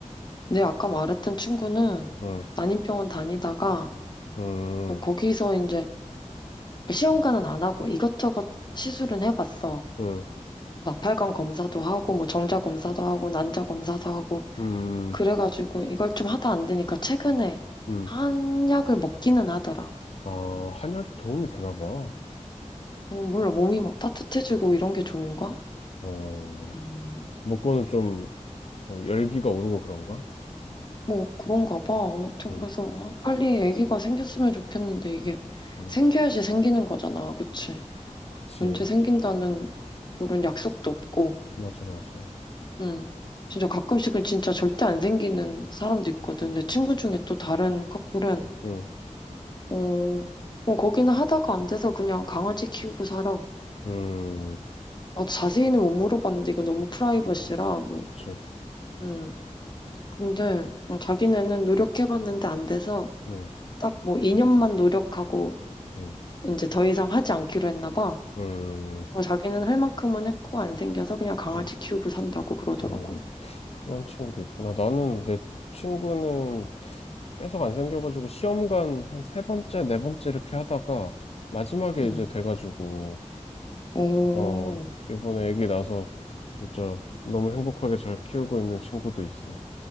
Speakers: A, on the left; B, on the left.
A: 근데 아까 말했던 친구는
B: 응,
A: 난임병원 다니다가
B: 응.
A: 뭐 거기서 이제 시험관은 안 하고 이것저것 시술은 해봤어.
B: 응,
A: 나팔관 검사도 하고 뭐 정자 검사도 하고 난자 검사도 하고
B: 음,
A: 그래가지고 이걸 좀 하다 안 되니까 최근에
B: 음.
A: 한약을 먹기는 하더라.
B: 아, 한약이 도움이 되나 봐.
A: 어, 몰라 몸이 막 따뜻해지고 이런 게 좋은가?
B: 어,
A: 음.
B: 먹고는 좀 어, 열기가 오르고 그런가?
A: 뭐 그런가 봐. 아무튼
B: 응,
A: 그래서 아, 빨리 아기가 생겼으면 좋겠는데 이게
B: 응.
A: 생겨야지 생기는 거잖아. 그치?
B: 그치.
A: 언제 생긴다는 그런 약속도 없고.
B: 맞아, 맞아.
A: 음. 진짜 가끔씩은 진짜 절대 안 생기는 사람도 있거든. 내 친구 중에 또 다른 커플은
B: 응,
A: 어, 어 거기는 하다가 안 돼서 그냥 강아지 키우고 살아.
B: 음,
A: 아, 자세히는 못 물어봤는데 이거 너무 프라이버시라.
B: 그치.
A: 음. 근데 어, 자기네는 노력해봤는데 안 돼서
B: 응,
A: 딱 뭐 2년만 노력하고
B: 응,
A: 이제 더 이상 하지 않기로 했나 봐.
B: 응,
A: 어, 자기는 할 만큼은 했고 안 생겨서 그냥 강아지
B: 응,
A: 키우고 산다고 그러더라고.
B: 응. 그런 친구도 있구나. 나는 내 친구는 계속 안 생겨가지고 시험관 한 세 번째, 네 번째 이렇게 하다가 마지막에
A: 음.
B: 이제 돼가지고
A: 오.
B: 어, 이번에 애기 나서 진짜 너무 행복하게 잘 키우고 있는 친구도 있어.